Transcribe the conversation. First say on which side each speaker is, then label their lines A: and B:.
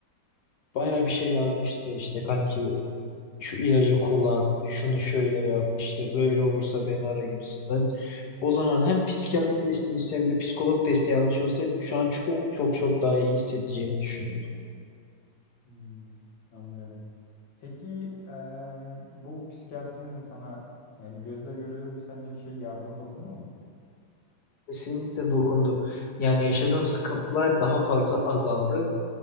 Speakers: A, on the left (about 60°); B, on the left (about 80°).
A: baya bir şey yazmıştı. İşte kanki şu ilacı kullan, şunu şöyle yap, işte böyle olursa beni ara gibisinden. O zaman hem psikiyatrik desteğin üstüne bir de psikolog desteği almış olsaydım şu an çok çok çok daha iyi hissedeceğimi düşünüyorum.
B: Hmm, anlıyorum. Peki em, bu psikiyatrinin sana yani gözle görülür bir sence şey yardımı dokundu mu?
A: Kesinlikle dokundu. Yani yaşadığım sıkıntılar daha fazla azaldı.